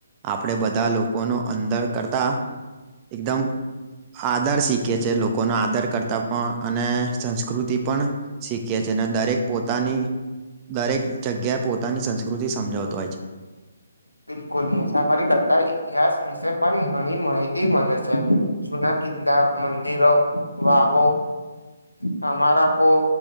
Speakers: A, on the right; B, on the left.
A: આપણે બધા લોકોનો અંદર કરતા એકદમ આદર શીખે છે, લોકોનો આદર કરતા પણ, અને સંસ્કૃતિ પણ શીખી છે, અને દરેક પોતાની દરેક જગ્યા પોતાની સંસ્કૃતિ સમજાવતો હોય છે.
B: બિલકુલ, મુસાફરી કરતા ઇતિહાસ વિશે પણ ઘણી માહિતી મળે છે, જુના કિલ્લા, મંદિરો, વાવો સ્મારકો